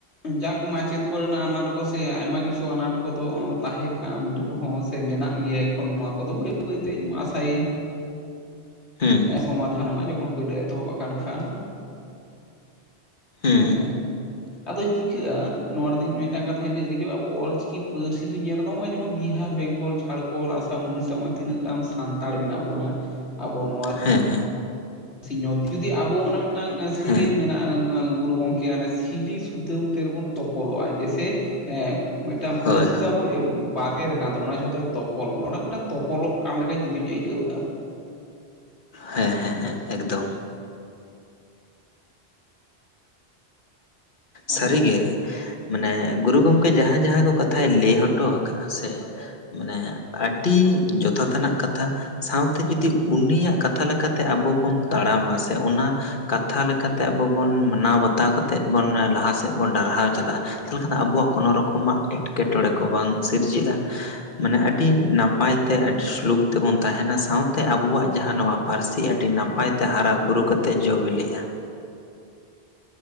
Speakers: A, on the left; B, on the left.
A: ᱡᱟᱠ ᱢᱟᱪᱮᱫ ᱠᱚᱨᱮᱱᱟᱜ ᱟᱱᱟᱴ ᱠᱚᱥᱮ ᱟᱭᱢᱟ ᱠᱤᱪᱷᱩ ᱟᱱᱟᱴ ᱠᱚᱫᱚ ᱛᱟᱦᱮᱸ ᱠᱟᱱ ᱨᱮᱦᱚᱸᱼᱼ ᱥᱮ ᱢᱮᱱᱟᱜ ᱜᱮᱭᱟ ᱮᱠᱷᱚᱱ ᱱᱚᱣᱟ ᱠᱚᱫᱚ ᱵᱟᱹᱭ ᱵᱟᱹᱭᱛᱮᱧ ᱟᱥᱟᱭᱟᱹᱧᱼᱼ
B: ᱦᱩᱸ
A: ᱥᱚᱢᱟᱫᱷᱟᱱᱚᱜᱼᱟ ᱡᱚᱠᱷᱚᱱ ᱯᱳᱭᱞᱳ ᱮᱛᱚᱦᱚᱵ ᱠᱟᱱ ᱠᱷᱟᱱ᱾
B: ᱦᱩᱸ
A: ᱦᱮᱸ ᱟᱫᱚ ᱪᱤᱼᱼ ᱴᱤᱠᱟᱹᱜ-ᱟ ᱱᱚᱣᱟᱰᱮ ᱫᱚ ᱤᱧ ᱢᱤᱫᱴᱟᱝ ᱠᱟᱛᱷᱟᱧ ᱞᱟᱹᱭ ᱞᱮ ᱡᱮ ᱟᱵᱚ ᱚᱞᱪᱤᱠᱤ ᱯᱟᱹᱨᱥᱤ ᱫᱚᱩ ᱧᱮᱞ ᱮᱫᱟ ᱱᱚᱜ-ᱚᱭ ᱡᱮᱢᱚᱱ ᱵᱤᱦᱟᱨ ᱵᱮᱝᱜᱚᱞ ᱡᱷᱟᱲᱼᱼ ᱠᱚᱬ ᱟᱥᱟᱢ ᱩᱰᱤᱥᱥᱟ ᱦᱚᱜ-ᱚᱭ ᱛᱤᱱᱟᱹᱜ ᱜᱟᱱ ᱥᱟᱱᱛᱟᱲ ᱢᱮᱱᱟᱜ ᱵᱚᱱᱟ ᱟᱵᱚ ᱱᱚᱣᱟᱼᱼ
B: ᱦᱮᱸ ᱦᱮᱸ
A: ᱥᱤᱧ ᱚᱛ ᱡᱩᱫᱤ ᱟᱵᱚ ᱚᱱᱟ ᱢᱤᱫᱴᱟᱝ ᱥᱮᱨᱮᱧ
B: ᱦᱮᱸ
A: ᱢᱮᱱᱟᱜᱼᱟᱼᱼ ᱜᱩᱨᱩ ᱜᱚᱝᱠᱮ-ᱟᱜ ᱚᱱᱮ ᱥᱤᱞᱤ ᱥᱩᱛᱟᱹᱢ ᱛᱮᱫᱚ ᱵᱚᱱ ᱛᱚᱯᱚᱞᱚᱜᱼᱟ ᱡᱮᱭᱥᱮᱼᱼ ᱢᱤᱫᱴᱟᱝ
B: ᱦᱳᱭ
A: ᱯᱟᱹᱨᱥᱤ
B: ᱦᱳᱭ
A: ᱫᱚ ᱟᱵᱚᱭ <unintelligible> ᱵᱟᱵᱮᱨ ᱠᱟᱱ ᱛᱟᱵᱚᱱᱟ ᱡᱷᱚᱛᱚᱭ ᱛᱚᱯᱚᱞ ᱵᱚᱱᱟ ᱚᱱᱟ ᱢᱤᱫᱴᱟᱝ ᱛᱚᱯᱚᱞᱚᱜ ᱠᱟᱱ ᱞᱮᱠᱟᱧ ᱤᱧ ᱫᱩᱧ ᱟᱹᱭᱠᱟᱹᱣ ᱫᱟ᱾
B: ᱦᱮᱸ ᱦᱮᱸ ᱦᱮᱸ ᱮᱠᱫᱚᱢ᱾
A: ᱟᱫᱚ
B: ᱥᱟᱹᱨᱤ ᱜᱮ ᱢᱟᱱᱮ ᱜᱩᱨᱩ ᱜᱚᱝᱠᱮ ᱡᱟᱦᱟᱸ ᱡᱟᱦᱟᱸ ᱠᱚ ᱠᱟᱛᱷᱟᱭ ᱞᱟᱹᱭ ᱦᱚᱴᱚ ᱟᱠᱟᱟᱜᱼᱟ ᱥᱮᱼᱼ ᱢᱟᱱᱮ ᱟᱹᱰᱤ ᱡᱚᱛᱷᱟᱛᱟᱱᱟᱜ ᱠᱟᱛᱷᱟᱼᱼ ᱥᱟᱶᱛᱮ ᱡᱩᱫᱤ ᱩᱱᱤᱭᱟᱜ ᱠᱟᱛᱷᱟ ᱞᱮᱠᱟᱛᱮ ᱟᱵᱚ ᱵᱚᱱ ᱛᱟᱲᱟᱢᱟ ᱥᱮ ᱚᱱᱟ ᱠᱟᱛᱷᱟ ᱞᱮᱠᱟᱛᱮ ᱟᱵᱚ ᱵᱚᱱ ᱢᱟᱱᱟᱣ ᱵᱟᱛᱟᱣ ᱠᱟ ᱛᱮᱫ ᱵᱚᱱ ᱞᱟᱦᱟ ᱥᱮᱫ ᱵᱚᱱ ᱰᱟᱨᱦᱟᱣ ᱪᱟᱞᱟᱜᱼᱟ, ᱛᱟᱦᱚᱞᱮ ᱠᱷᱟᱱ ᱫᱚ ᱟᱵᱚᱣᱟᱜ ᱠᱳᱱᱳ ᱨᱚᱠᱚᱢᱟᱜ ᱮᱴᱠᱮᱴᱚᱬᱮ ᱠᱚ ᱵᱟᱝ ᱥᱤᱨᱡᱟᱹᱜᱼᱟ ᱾ ᱢᱟᱱᱮ ᱟᱹᱰᱤ ᱱᱟᱯᱟᱭ ᱛᱮ ᱟᱹᱰᱤ ᱥᱞᱩᱠ ᱛᱮᱵᱚᱱ ᱛᱟᱦᱮᱱᱟ ᱥᱟᱶᱛᱮ ᱟᱵᱚᱣᱟᱜ ᱡᱟᱦᱟᱸ ᱱᱚᱣᱟ ᱯᱟᱹᱨᱥᱤ ᱟᱹᱰᱤ ᱱᱟᱯᱟᱭ ᱛᱮ ᱦᱟᱨᱟ ᱵᱩᱨᱩ ᱠᱟᱛᱮᱫ ᱡᱚ ᱵᱤᱞᱤᱜᱼᱟ ᱾